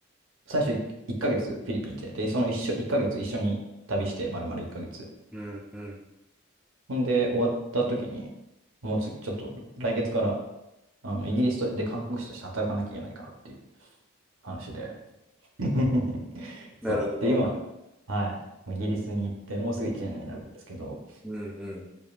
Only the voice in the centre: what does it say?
うん。うん。
なるほど。
うん、うん。